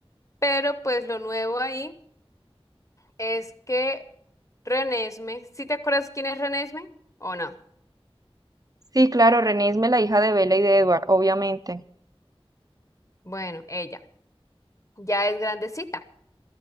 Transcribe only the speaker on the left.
Pero pues lo nuevo ahí es que Renesme, ¿sí te acuerdas quién es Renesme o no?
Bueno, ella ya es grandecita.